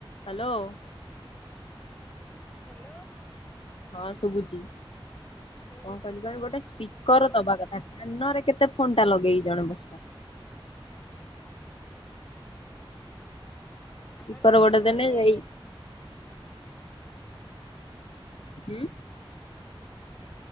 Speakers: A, on the left; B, on the left.
A: Hello
B: hello
A: ହଁ ଶୁଭୁଛି
B: ହୁଁ
A: କଣ କହିଲି କଣ ଗୋଟେ ସ୍ପିକର
B: କହ
A: ଦବା କଥା। କାନରେ କେତେ ଫୋନ୍ ଟା ଲଗେଇକି ଜଣେ ବସ ସ୍ପିକର
B: କାନରେ
A: ଗୋଟେ
B: ଧରିକି
A: ଦେଲେ ଯାଇ ହୁଁ।